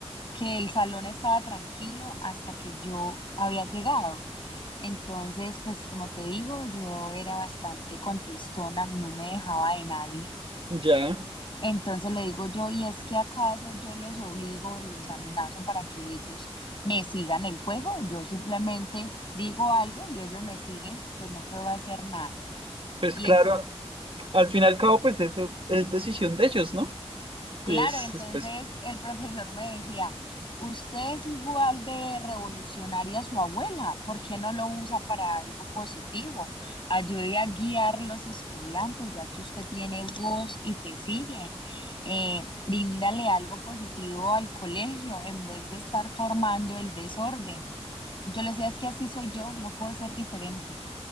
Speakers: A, on the left (about 50°); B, on the right (about 55°).
A: que el salón estaba tranquilo hasta que yo había llegado. Entonces, pues como te digo, yo era bastante contestona, no me dejaba de nadie.
B: ya.
A: Entonces le digo yo, ¿y es que acaso yo los obligo, los amenazo para que ellos me sigan el juego? Yo simplemente digo algo y ellos me siguen, pues no puedo hacer nada.
B: Pues
A: Y
B: claro,
A: el, pro-
B: al final y al cabo, pues eso es decisión de ellos, ¿no?
A: Claro,
B: Es,
A: entonces
B: pues.
A: el profesor me decía, usted es igual de revolucionaria a su abuela, ¿por qué no lo usa para algo positivo? Ayude a guiar los estudiantes, ya que usted tiene voz y te siguen. Eh, bríndale algo positivo al colegio en vez de estar formando el desorden. Yo le decía, es que así soy yo, no puedo ser diferente.